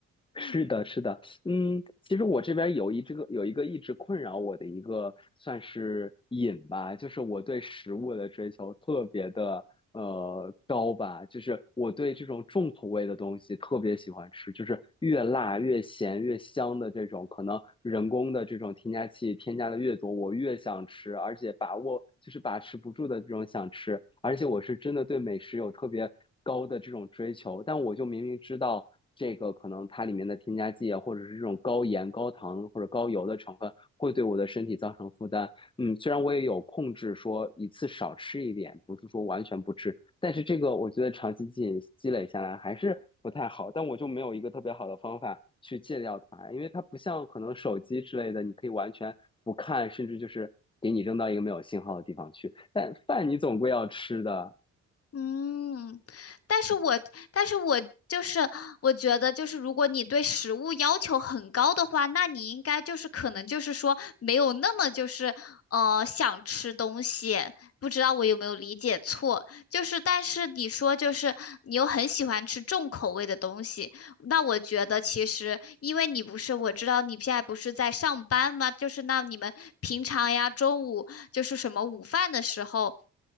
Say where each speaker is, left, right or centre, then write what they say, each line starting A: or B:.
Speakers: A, on the left (about 15°); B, on the left (about 50°).
A: 是的，
B: 嗯。
A: 是的，嗯，其实我这边有一这个有一个一直困扰我的一个算是瘾吧，就是我对食物的追求特别的呃高吧，就是我对这种重口味的东西特别喜欢吃，就是越辣越咸越香的这种，可能人工的这种添加剂添加的越多，我越想吃，而且把握就是把持不住的这种想吃，而且我是真的对美食有特别高的这种追求，但我就明明知道。这个可能它里面的添加剂啊，或者是这种高盐、高糖或者高油的成分，会对我的身体造成负担。嗯，虽然我也有控制，说一次少吃一点，不是说完全不吃，但是这个我觉得长期积积累下来还是不太好。但我就没有一个特别好的方法去戒掉它，因为它不像可能手机之类的，你可以完全不看，甚至就是给你扔到一个没有信号的地方去。但饭你总归要吃的，
B: 嗯，但是我但是我就是我觉得就是如果你对食物要求很高的话，那你应该就是可能就是说没有那么就是呃想吃东西，不知道我有没有理解错？就是但是你说就是你又很喜欢吃重口味的东西，那我觉得其实因为你不是我知道你现在不是在上班吗？就是那你们平常呀中午就是什么午饭的时候。